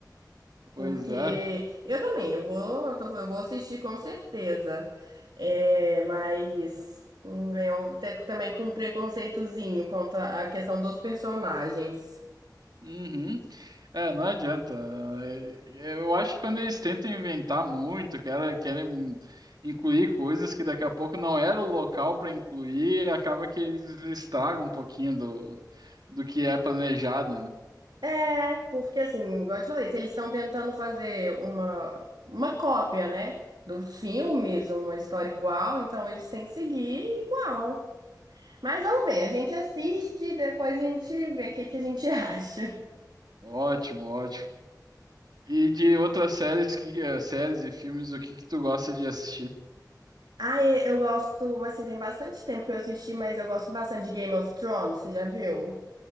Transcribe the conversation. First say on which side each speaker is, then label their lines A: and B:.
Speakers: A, on the right (about 70°); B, on the right (about 85°).
A: Pois
B: Porque
A: é.
B: eu também, eu vou, eu tô falando, eu vou assistir com certeza. É, mas hum, eu tenho também com um preconceitozinho quanto à questão dos personagens.
A: Uhum. É, não adianta. É, Eu acho que quando eles tentam inventar muito, cara, querem incluir coisas que daqui a pouco não era o local para incluir, acaba que eles estragam um pouquinho do, do que é planejado. né?
B: É, porque assim, igual eu te falei, se eles estão tentando fazer uma, uma cópia, né, dos filmes, uma história igual, então eles têm que seguir igual. Mas vamos ver, a gente assiste, e depois a gente vê o que que a gente <laughs> acha.
A: Ótimo, ótimo. E de outras séries que eh, séries e filmes, o que que tu gosta de assistir?
B: Ah, e- eu gosto, assim, tem bastante tempo que eu assisti, mas eu gosto bastante de Game of Thrones, você já viu?